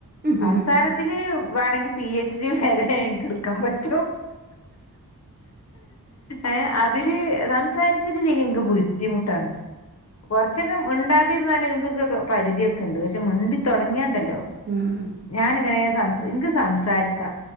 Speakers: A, on the right; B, on the left.
A: ഉം
B: സംസാരത്തില് വേണമെങ്കി പി എച്ച് ഡി വരെനിക്ക്ട്ക്കാൻപറ്റും ഏഹ് അ തില്സംസാരിച്ചിട്ടില്ലെങ്കിനിക്ക് ബുദ്ധിമുട്ടാണ് കുറച്ചൊക്കെമുണ്ടാതിരുന്നാല് നികൊക്കെപരിധിയൊക്കെണ്ട് പശ് ക്ഷെമുണ്ടിതോടങ്ങിയണ്ടല്ലോ
A: ഉം ഉം
B: ഞാാനിങ്ങനെസംസ് ഇനിക്ക് സംസാരിക്കാ